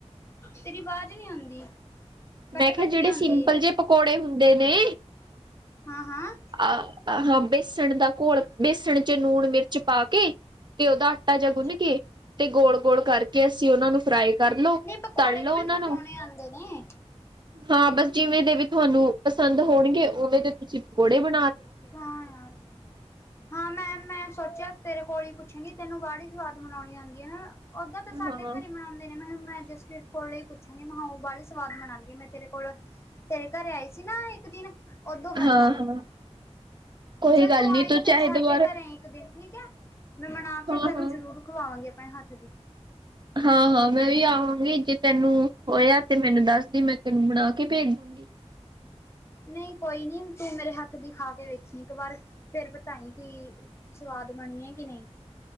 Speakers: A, on the left; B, on the right.
A: ਤੇਰੀ ਆਵਾਜ਼ ਨੀ ਆਉਂਦੀ। ਕੱਟ
B: ਮੈਂ ਕਿਹਾ
A: ਕੱਟ
B: ਜਿਹੜੇ
A: ਕੇ ਆਉਂਦੀ
B: ਸਿੰਪਲ
A: ਏ।
B: ਜਿ ਪਕੌੜੇ ਹੁੰਦੇ ਨੇ।
A: ਹਾਂ ਹਾਂ।
B: ਅ ਹਾਂ। ਬੇਸਣ ਦਾ ਘੋਲ ਬੇਸਣ ਚ ਨੂੰਣ ਮਿਰਚ ਪਾ ਕੇ ਤੇ ਉਹਦਾ ਆਟਾ ਜਿਹਾ ਗੁੰਨ
A: ਅੱਛਾ,
B: ਕੇ ਤੇ ਗੋਲ ਗੋਲ ਕਰਕੇ ਅਸੀਂ ਉਹਨਾ ਨੂੰ ਫਰਾਈ ਕਰ ਲੋ
A: ਨਹੀਂ ਪਕੌੜੇ
B: ਤਲ
A: ਤੇ
B: ਲੋ
A: ਮੈਨੂੰ
B: ਉਹਨਾਂ
A: ਬਨਾਉਣੇ
B: ਨੂੰ
A: ਆਉਂਦੇ ਨੇ।
B: ਹਾਂ ਬਸ ਜਿਵੇਂ ਦੇ ਵੀ ਤੁਹਾਨੂੰ ਪਸੰਦ ਹੋਣਗੇ ਉਵੇਂ ਦੇ ਤੁਸੀਂ ਪਕੌੜੇ ਬ
A: ਹਾਂ ਯਾਰ ਹਾਂ ਮੈਂ ਮੈਂ ਸੋਚਿਆ ਤੇਰੇ ਕੋਲ ਹੀ ਪੁੱਛਾਂਗੀ। ਤੈਨੂੰ ਬਾਹੜੀ ਸਵਾਦ ਬਨਾਉਣੀ ਆਉਦੀ ਉਦਾਂ ਤੇ ਸਾਡੇ
B: ਹਾਂ
A: ਘਰੇ ਹੀ ਬਨਾਉਂਦੇ ਨੇ ਮੈ ਕਿਹਾ ਮੈਂ ਜਸਪਰੀਤ ਕੋਲੋ ਪੁੱਛਾਂਗੀ, ਮੈਂ ਕਿਹਾ ਉਹ ਬਾਹਲੇ ਸਵਾਦ ਬਣਾਦੀ ਮੈਂ ਤੇਰੇ ਕੋਲ ਤੇਰੇ ਘਰੇ ਆਈ ਸੀ ਨਾ ਇੱਕ ਦਿਨ ਓਦੋਂ ਖਾਈ
B: ਹਾਂ
A: ਸੀ।
B: ਹਾਂ
A: ਹਾ
B: ਕੋਈ
A: ਚੱਲ
B: ਗੱਲ
A: ਤੂੰ
B: ਨੀ
A: ਆਈ ਫੇਿਰ
B: ਚਾਹੇ
A: ਸਾਡੇ
B: ਦੁਬਾਰਾ
A: ਘਰੇ ਇੱਕ ਦਿਨ ਠੀਕ ਹੈ। ਮੈਂ ਬਨਾ ਕੇ
B: ਹਾਂ
A: ਤੈਨੂੰ
B: ਹਾਂ
A: ਜ਼ਰੂਰ ਖਵਾਵਾਂਗੀ ਆਪਣੇ ਹੱਥ ਦੀ।
B: ਹਾਂ-ਹਾਂ, ਮੈਂ ਵੀ ਆਵਾਂਗੀ ਜੇ ਤੈਨੂੰ ਹੋਇਆ ਤੇ ਮੈਨੂੰ ਦੱਸਦੀ ਮੈਂ ਤੈਨੂੰ ਬਣਾ ਕੇ ਭੇਜ ਦਾਂਗੀ।
A: <unintelligible> ਨਹੀਂ ਕੋਈ ਨੀ ਤੂੰ ਮੇਰੇ ਹੱਥ ਦੀ ਖਾ ਕੇ ਵੇਖੀ ਇੱਕ ਵਾਰ ਫੇਿਰ ਬਤਾਈ ਕਿ ਸਵਾਦ ਬਣੀਏ ਕਿ ਨਹੀਂ।